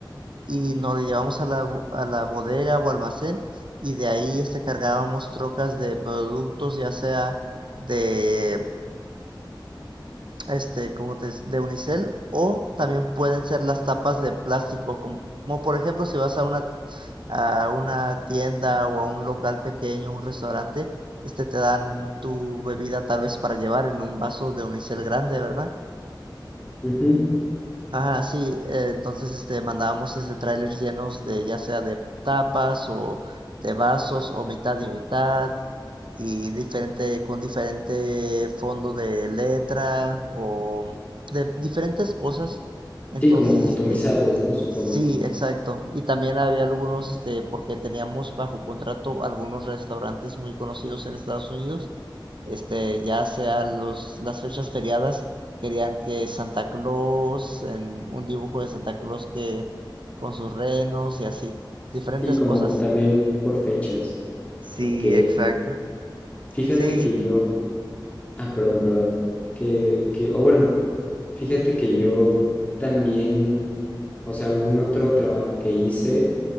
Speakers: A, on the right (about 70°); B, on the left (about 15°).
A: y nos lo llevamos a la, bo- a la bodega o almacén y de ahí este, cargábamos trocas de productos, ya sea de este, como te de unicel o también pueden ser las tapas de plástico, como, como por ejemplo si vas a una, a una tienda o a un local pequeño, un restaurante, este te dan tu bebida tal vez para llevar en un vaso de unicel grande, ¿verdad?
B: ujú.
A: Ajá, sí, eh, entonces este, mandábamos este, trailers llenos de ya sea de tapas o de vasos o mitad y mitad y diferente, con diferente fondo de letra o de diferentes cosas. Entonces,
B: Sí, como customizados,
A: este,
B: ¿no? Supongo.
A: sí, exacto. Y también había algunos, este, porque teníamos bajo contrato algunos restaurantes muy conocidos en Estados Unidos este, ya sea los, las fechas feriadas, querían que Santa Claus, en un dibujo de Santa Claus que con sus renos y así, diferentes
B: Sí, como
A: cosas.
B: también por fechas.
A: Sí,
B: Ok,
A: exacto.
B: fíjate
A: Sí,
B: que yo, Ah, perdón, perdón. Que, que, o bueno, fíjate que yo también, o sea, algún otro trabajo que hice